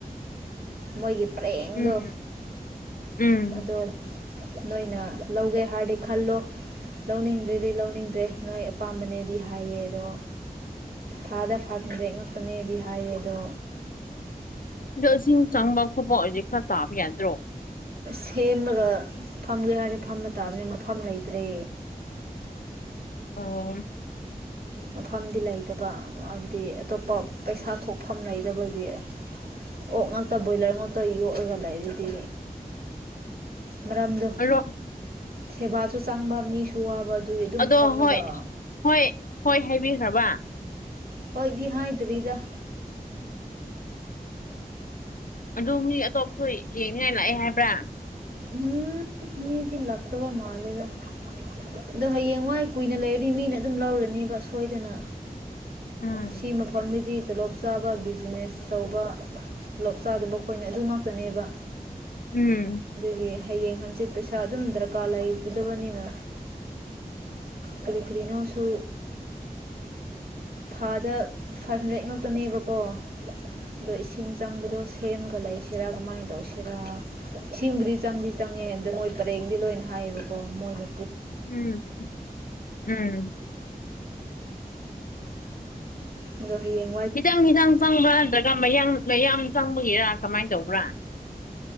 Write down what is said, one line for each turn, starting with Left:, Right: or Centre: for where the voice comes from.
Right: ꯃꯣꯏꯒꯤ ꯄꯔꯦꯡꯗꯣ
Left: ꯎꯝ ꯎꯝ
Right: ꯑꯗꯣ ꯅꯣꯏꯅ ꯂꯧꯒꯦ ꯍꯥꯏꯔꯗꯤ ꯈꯜꯂꯣ ꯂꯧꯅꯤꯡꯗ꯭ꯔꯦꯗꯤ ꯂꯧꯅꯤꯡꯗ꯭ꯔꯦ ꯅꯣꯏ ꯑꯄꯥꯝꯕꯅꯦꯗꯤ ꯍꯥꯏꯌꯦ ꯑꯗꯣ ꯊꯥꯗ ꯐꯥꯈꯤꯗ꯭ꯔꯦ ꯉꯛꯄꯅꯦꯗꯤ ꯍꯥꯏꯌꯦ ꯑꯗꯣ
Left: ꯑꯗꯣ ꯏꯁꯤꯡ ꯆꯪꯕ ꯈꯣꯠꯄ ꯍꯧꯖꯤꯛ ꯈꯔ ꯇꯥꯕ ꯌꯥꯗ꯭ꯔꯣ
Right: ꯁꯦꯝꯃꯒ ꯐꯝꯒꯦ ꯍꯥꯏꯔꯦ ꯐꯝꯕ ꯇꯥꯕꯅꯤꯅ ꯃꯐꯝ ꯂꯩꯇ꯭ꯔꯦ
Left: ꯑꯣꯝ
Right: ꯃꯐꯝꯗꯤ ꯂꯩꯇꯕ ꯍꯥꯏꯕꯗꯤ ꯑꯇꯣꯞꯄ ꯄꯩꯁꯥ ꯊꯣꯛꯐꯝ ꯂꯩꯇꯕꯒꯤ ꯑꯣꯛ ꯉꯥꯛꯛꯇ ꯕꯣꯏꯂꯔ ꯉꯛꯇꯣ ꯌꯣꯛꯑꯒ ꯂꯩꯔꯗꯤ ꯃꯔꯝꯗꯣ
Left: ꯑꯗꯣ
Right: ꯁꯦꯕꯥꯁꯨ ꯆꯪꯕ ꯃꯤꯁꯨ ꯋꯥꯕ ꯑꯗꯨꯒꯤ ꯑꯗꯨꯝ
Left: ꯑꯗꯣ
Right: ꯐꯝꯂꯒ
Left: ꯍꯣꯏ ꯍꯣꯏ ꯍꯣꯏ ꯍꯥꯏꯕꯤꯈ꯭ꯔꯕ
Right: ꯍꯣꯏꯗꯤ ꯍꯥꯏꯗ꯭ꯔꯤꯗ
Left: ꯑꯗꯨ ꯃꯤ ꯑꯇꯣꯞꯄꯁꯨ ꯌꯦꯡꯅꯤꯡꯉꯥꯏ ꯂꯥꯛꯑꯦ ꯍꯥꯏꯕ꯭ꯔꯥ
Right: ꯎꯝ ꯃꯤꯗꯤ ꯂꯥꯛꯇꯧꯕ ꯃꯂꯦꯗ ꯑꯗꯣ ꯍꯌꯦꯡ ꯋꯥꯏ ꯀꯨꯏꯅ ꯂꯩꯔꯗꯤ ꯃꯤꯅ ꯑꯗꯨꯝ ꯂꯧꯔꯅꯦꯕ ꯁꯣꯏꯗꯅ
Left: ꯎꯝ
Right: ꯁꯤ ꯃꯐꯝꯅꯤꯗꯤ ꯇꯂꯣꯞ ꯆꯥꯕ ꯕꯤꯖꯤꯅꯦꯁ ꯇꯧꯕ ꯄꯨꯂꯞ ꯆꯥꯗꯕ ꯑꯩꯈꯣꯏꯅ ꯑꯗꯨꯃꯛꯇꯅꯦꯕ
Left: ꯎꯝ
Right: ꯑꯗꯨꯒꯤ ꯍꯌꯦꯡ ꯍꯪꯆꯤꯠ ꯄꯩꯁꯥ ꯑꯗꯨꯝ ꯗꯔꯀꯥꯔ ꯂꯩꯒꯗꯕꯅꯤꯅ ꯀꯔꯤ ꯀꯔꯤꯅꯣ ꯁꯨ ꯊꯥꯗ ꯐꯥꯏꯚ ꯍꯟꯗ꯭ꯔꯦꯠ ꯉꯥꯛꯇꯅꯦꯕꯀꯣ ꯑꯗꯣ ꯏꯁꯤꯡ ꯆꯪꯕꯗꯣ ꯁꯦꯝꯒ ꯂꯩꯁꯤꯔꯥ ꯀꯃꯥꯏꯅ ꯇꯧꯁꯤꯔꯥ ꯏꯁꯤꯡꯕꯨꯗꯤ ꯆꯪꯗꯤ ꯆꯪꯉꯦ ꯑꯗ ꯃꯣꯏ ꯄꯔꯦꯡꯗꯤ ꯂꯣꯏꯅ ꯍꯥꯏꯌꯦꯕꯀꯣ ꯃꯣꯏꯅ
Left: ꯎꯝ ꯎꯝ
Right: ꯑꯗꯨ ꯍꯌꯦꯡ
Left: ꯈꯤꯇꯪ ꯈꯤꯇꯥꯡ ꯆꯪꯕ꯭ꯔꯥ ꯅꯠꯇ꯭ꯔꯒ ꯃꯌꯥꯡ ꯃꯌꯥꯝ ꯆꯪꯕꯒꯤꯔ ꯀꯃꯥꯏꯅ ꯇꯧꯕ꯭ꯔꯥ